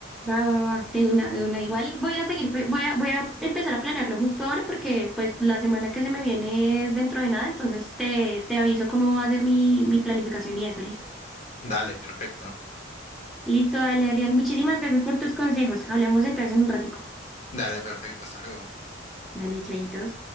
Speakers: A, in the centre; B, on the left.
A: Va, va, va, de una, de una. Igual voy a seguir, pe- voy a, voy a empezar a planearlo justo ahora porque pues la semana que se me viene es dentro de nada, entonces te, te aviso cómo va a ser mi, mi planificación y eso, ¿listo?
B: Dale, perfecto.
A: Listo, dale, Adrián. Muchísimas gracias por tus consejos. Hablamos entonces en un ratico.
B: Dale, perfecto. Hasta luego.
A: Vale, chayitos.